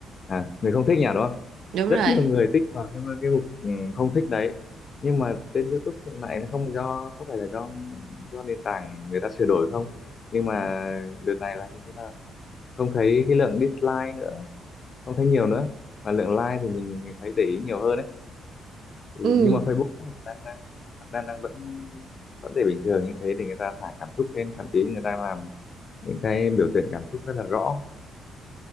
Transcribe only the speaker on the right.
đúng
rồi
ừ,